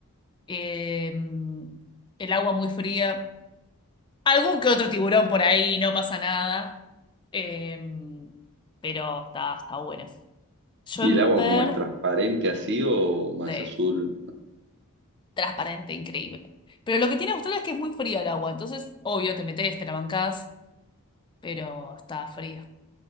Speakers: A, on the left (about 20°); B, on the right (about 50°).
A: eh, el agua muy fría, algún que otro tiburón por ahí, no pasa nada. Eh, pero está, está buena. Yo
B: ¿Y
A: en
B: el agua
A: Perth,
B: como es transparente así o más
A: sí,
B: azul?
A: transparente, increíble. Pero lo que tiene Australia es que es muy fría el agua, entonces, obvio, te metes, te la bancás, pero está fría.